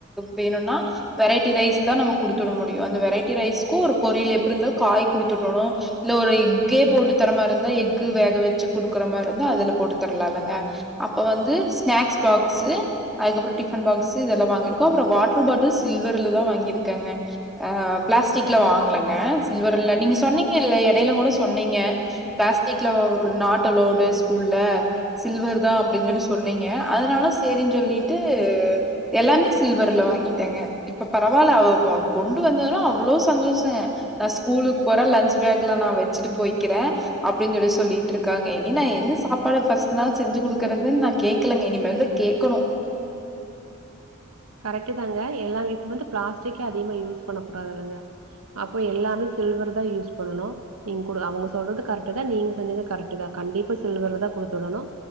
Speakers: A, in the centre; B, on the right (about 85°).
A: வேணுனா வெரைட்டி ரைஸ் தா நாம குடுத்துட முடியு அந்த வெரைட்டி ரைஸ்க்கூ ஒரு பொரியல் எப்டி இருந்த காய் குடுத்துவுடணு இல்ல ஒரு எக்கே போட்டு தர மாரி இருந்தா எக்கு வேக வச்சு குடுக்குற மாரி இருந்தா அதுல போட்டு தரலாலங்க அப்ப வந்து ஸ்நாக்ஸ் பாக்சு அதுக்கப்பற டிஃபன் பாக்சு இதெல்லா வாங்கீருக்கோ அப்புற வாட்டர் பாட்டில் சில்வர்ல தா வாங்கிரு கேங்க ஆ பிளாஸ்டிக்ல வாங்கலங்க சில்வர்ல நீங்க சொன்னீங்கில்ல எடைல கூட சொன்னீங்க பிளாஸ்டிக்ல நாட் அலோவ்டு ஸ்கூல்ல சில்வர் தா அப்டின் சொல்லி சொன்னீங்க அதனால சேரின்ஞ் சொல்லிட்டு எல்லாமே சில்வர்ல வாங்கிட்டேங்க இப்ப பரவால்ல அவ அவ கொண்டு வந்தது அவ்ளோ சந்தோஷங்க நா ஸ்கூலுக்கு போறே லஞ்ச் பா லஞ்ச் பேக்ல நா வச்சுட்டு போய்க்கிறே அப்டிஞ் சொல்லி சொல்லிட்ருக்காங்க <unintelligible> என்ன சாப்பாடு ஃபஸ்ட் நாள் செஞ்சி குடுக்கறதுனு நா கேக்கலங்க இனிமேல்தா கேக்கணு
B: கரெக்ட்டு தாங்க எல்லா <unintelligible> வந்து பிளாஸ்டிக்கே அதிகமா யூஸ் பண்ண கூடாதுல்லங்க அப்ப எல்லாமே சில்வர் தா யூஸ் பண்ணணு நீங் கூட அவங்க சொல்றது கரெக்ட் தா நீங்க செஞ்சது கரெக்ட் தா கண்டிப்பா சில்வர்ல தா குடுத்து வுடணு